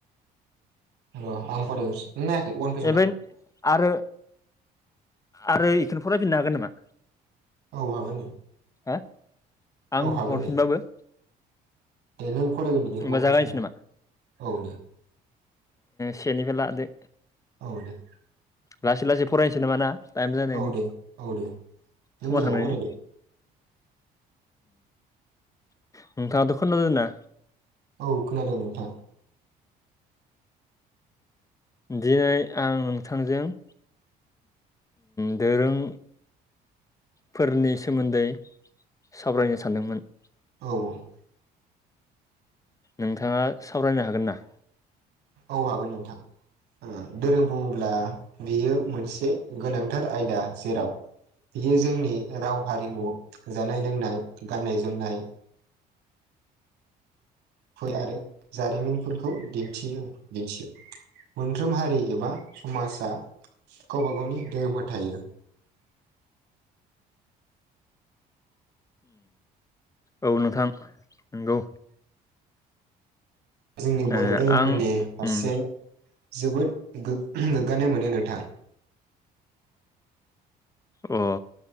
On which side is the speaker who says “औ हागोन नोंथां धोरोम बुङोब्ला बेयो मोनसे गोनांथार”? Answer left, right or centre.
Right